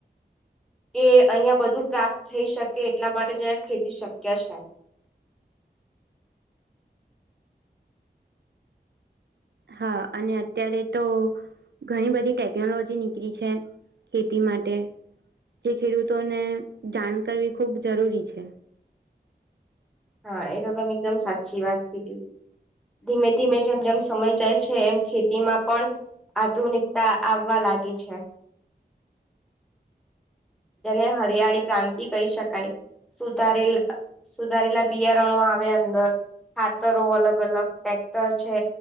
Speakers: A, in the centre; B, on the right.
A: એ અહિયાં બધું પ્રાપ્ત થઈ શકે એટલા માટે જ ખેતી શક્ય છે.
B: હા અને અત્યારે તો ઘણી બધી ટેકનોલોજી નીકળી છે. ખેતી માટે જે ખેડૂતોને જાણ કરવી ખૂબ જરૂરી છે.
A: હા એ તો તમે એકદમ સાચી વાત કિધી. ધીમે ધીમે જેમ જેમ સમય જાય છે એમ ખેતીમાં પણ આધુનિકતા આવવા લાગી છે. જેને હરિયાળી ક્રાંતિ કહી શકાય સુધારેલા સુધારેલા બિયારણો આવે અંદર, ખાતરો અલગ અલગ, ટ્રેક્ટર છે,